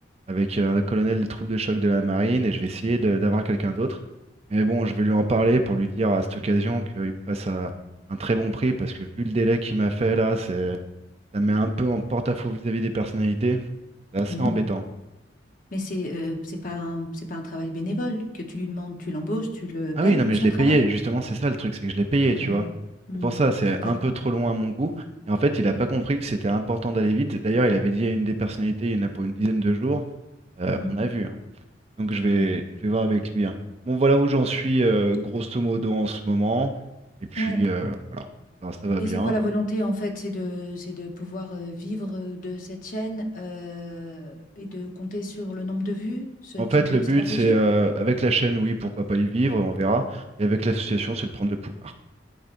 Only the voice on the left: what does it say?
mhm,
mhm. Mais c'est euh, c'est pas un, c'est pas un travail bénévole que tu lui demandes, tu l'embauches, tu le
payes
pour
son
travail.
Ah
ouais. Hmm,
d'accord.
Ouais.
Mhm,
ouais.
Ouais.
Et
c'est quoi la
volonté en fait? C'est de, c'est de pouvoir euh, vivre euh, de cette chaîne euh, et de compter sur le nombre de vues, ce
type
de
stratégie?